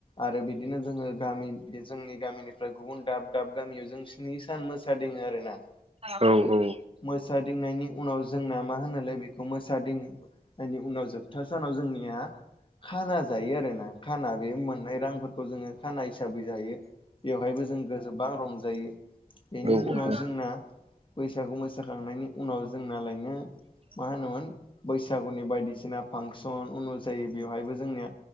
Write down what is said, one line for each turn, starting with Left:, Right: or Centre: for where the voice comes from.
Left: आरो बिदिनो जोङो गामि बे जोंनि गामिनिफ्राय गुबुन दाब दाब गामियाव जों स्नि सान मोसादिङो आरो ना।
Right: औ औ
Left: मोसादिंनायनि उनाव जोंना मा होनोलाय बेखौ मोसादिंनायनि उनाव जोबथा सानाव जों निया खाना जायो आरोना खाना बे मोननाय रांफोरखौ जोङो खाना हिसाबै जायो। बेवहायबो जों गोजोबां रंजायो
Right: नोंथाङानोथ'
Left: बेनि उनाव जोंना बैसागु मोसाखांनायनि उनाव जोंनालायनो मा होनोमोन बैसागुनि बायदिसिना फांसन अनुजायै बेवहायबो जोंनिया